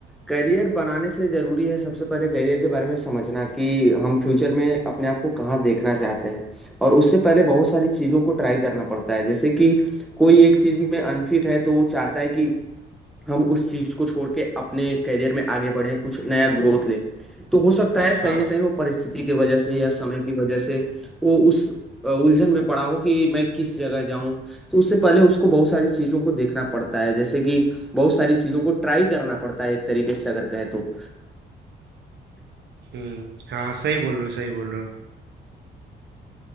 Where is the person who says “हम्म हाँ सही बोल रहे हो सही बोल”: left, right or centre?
Right